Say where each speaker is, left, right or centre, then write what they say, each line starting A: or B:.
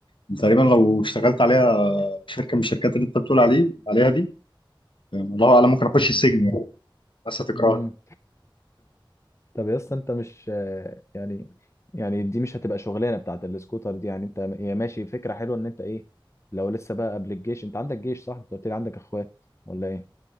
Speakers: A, on the left; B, on the left.
A: يعني تقريبا لو اشتغلت عليها شركه من الشركات اللي انت بتقول عليه عليها دي يعني الله اعلم ممكن اخش السجن يعني بس هتكرهني
B: مم. طب يا اسطى انت مش يعني يعني دي مش هتبقى شغلانة بتاعت السكوتر دي يعني انت هي ماشي فكرة حلوة ان انت ايه لو لسه بقى قبل الجيش انت عندك جيش صح انت قلت لي عندك اخوات ولا ايه